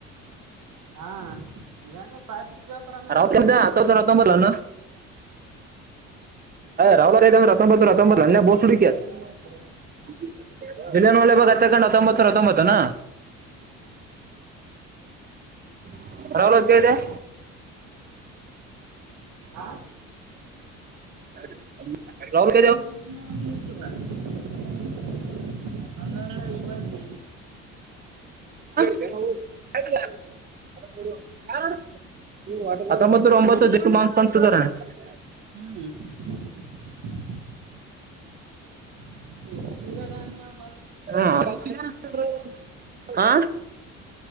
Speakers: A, on the right; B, on the right.
A: ಹಾ <unintelligible>
B: <unintelligible> <unintelligible>
A: ಅನ್ಲಕೈತಲ್ರಿ
B: ಹತ್ತೊಂಬತ್ತು ಹತ್ತೊಂಬತ್ ಏನ್ಲೆ <unintelligible> <unintelligible>
A: ಎಲೆನೂ ಹಲವಾಗ ಎತ್ತಕೊಂಡ್ ಹಾಕ್ರಿ
B: ಹತ್ತೊಂಬತ ಹತ್ತೊಂಬತ್ತೇನ <unintelligible>
A: ಹಾ
B: <unintelligible>
A: <unintelligible>
B: <unintelligible> ಹತ್ತೊಂಬತ್ತೂ ಒಂಬತ್ತು <unintelligible>
A: ಹ್ಮ್ <unintelligible> <unintelligible>
B: ಹಾ <unintelligible> ಹಾ